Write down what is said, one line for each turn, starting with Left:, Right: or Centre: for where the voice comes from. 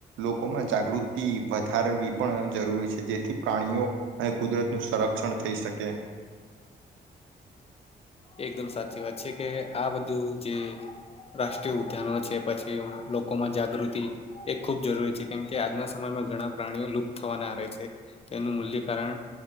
Right: લોકોમાં જાગૃતિ વધારવી પણ જરૂરી છે, જેથી પ્રાણીઓ અને કુદરતનું સંરક્ષણ થઈ શકે.
Left: એકદમ સાચી વાત છે, કે આ બધું જે રાષ્ટ્રીય ઉદ્યાનો છે, પછી લોકોમાં જાગૃતિ એ ખુબ જરૂરી છે, કેમ કે આજના સમયમાં ઘણા પ્રાણીઓ લુપ્ત થવાના આરે છે. તેનું મૂલ્ય કારણ